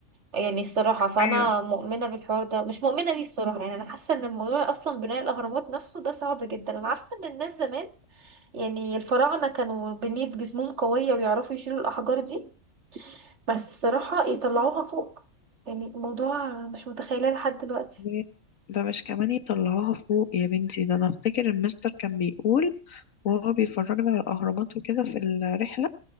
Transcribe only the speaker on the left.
ايوه
ده ده مش كمان يطلعوها فوق يا بنتي ده انا افتكر المستر كان بيقول وهو بيفرجنا على الاهرامات وكده في الرحله